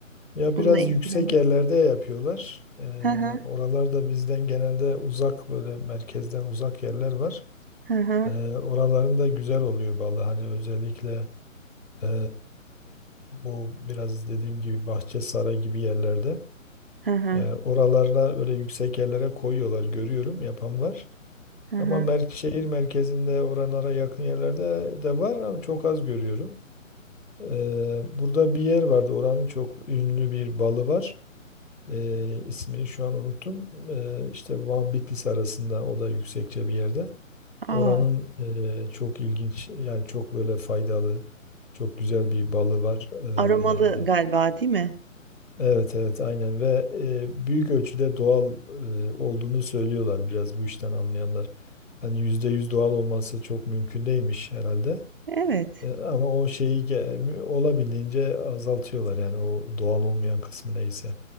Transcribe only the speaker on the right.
Bununla
ilgilenen.
Hı hı.
Hı hı.
Hı hı.
Hı hı.
A!
Aromalı
galiba, değil mi?
Evet.